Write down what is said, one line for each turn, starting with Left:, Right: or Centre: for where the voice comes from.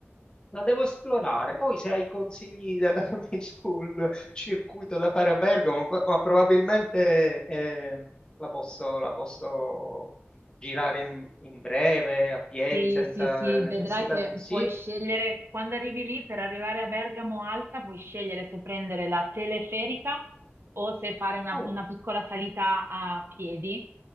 Left: La devo esplorare. Poi se hai consigli da darmi <laughs> sul circuito da fare a Bergamo, pro- ma probabilmente eh, la posso, la posso girare in, in breve, a piedi,
Right: Sì,
Left: senza
Right: sì, sì,
Left: necessità.
Right: vedrai che
Left: di- Sì?
Right: puoi scegliere, quando arrivi lì per arrivare a Bergamo Alta, puoi scegliere se prendere la teleferica o se fare una,
Left: Oh,
Right: una piccola salita a piedi